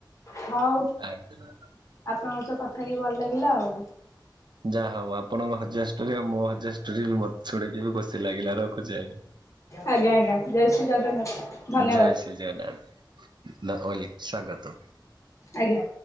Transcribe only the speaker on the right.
ଆଜ୍ଞା ‌
ଯାହା ହଉ ଆପଣଙ୍କ ହଜିବା ଷ୍ଟୋରି ଆଉ ମୋ ହଜିବା ଷ୍ଟୋ। ଷ୍ଟୋରି ମୋତେ ଶୁଣିଲି ବି ଖୁସି ଲାଗିଲା ରଖୁଛି ଆଜ୍ଞା।
ଜୟ ଶ୍ରୀଜଗନ୍ନାଥ ନା ଅଏଲ ସ୍ଵାଗତମ୍।